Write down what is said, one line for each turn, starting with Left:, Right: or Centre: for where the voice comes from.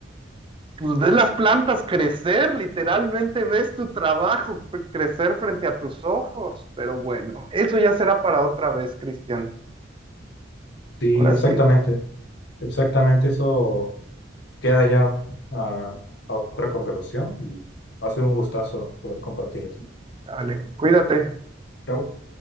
Right: pues ves las plantas crecer, literalmente ves tu trabajo p- crecer frente a tus ojos. Pero bueno, eso ya será para otra vez, Cristian.
Left: Sí,
Right: Ahora
Left: exactamente.
Right: sí,
Left: Exactamente, eso queda ya a, a otra conversación y ha sido un gustazo poder compartir eso.
Right: vale, cuídate.
Left: Chao.